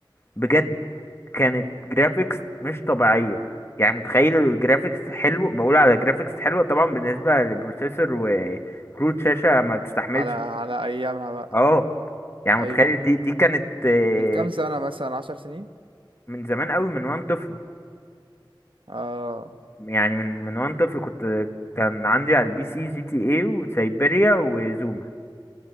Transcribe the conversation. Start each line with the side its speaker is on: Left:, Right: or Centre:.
Left: بجد كانت جرافيكس مش طبيعية يعني متخيل الجرافيكس حلو بقول على جرافيكس حلوة طبعا بالنسبة للبروسيسور وكروت شاشة ما تستحملش
Right: على على ايامها بقى
Left: اه يعني متخيل
Right: ايوه ايوه
Left: دي دي كانت آه،
Right: من كام سنة مثلا عشر سنين
Left: من زمان قوي من وانا طفل
Right: اه
Left: يعني من من وانا طفل كنت كان عندي على البي سي جي تي اي وسيبيريا وزوما